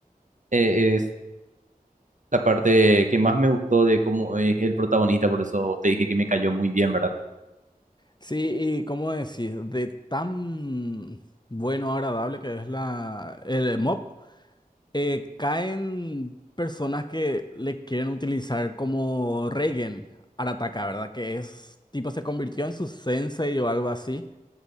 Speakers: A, on the right; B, on the left.
A: es la parte que más me gustó de cómo es el protagonista, por eso te dije que me cayó muy bien, ¿verdad?
B: Sí, y cómo decir, de tan bueno, agradable que es la, el mob, eh, caen personas que le quieren utilizar como Reigen Arataka, ¿verdad? Que es, tipo, se convirtió en su sensei o algo así.